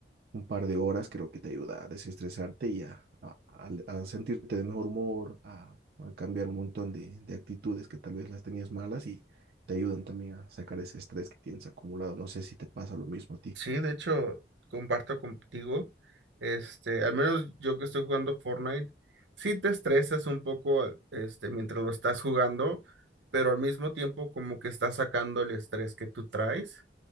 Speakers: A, on the right; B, on the right.
A: un par de horas creo que te ayuda a desestresarte y a, a- a- a sentirte de mejor humor, a, a cambiar un montón de, de actitudes que tal vez las tenías malas y te ayudan también a sacar ese estrés que tienes acumulado. No sé si te pasa lo mismo a ti.
B: Sí, de hecho, comparto contigo. Este, al menos yo que estoy jugando Fortnite, sí te estresas un poco, al- este, mientras lo estás jugando, pero al mismo tiempo como que estás sacando el estrés que tú traes.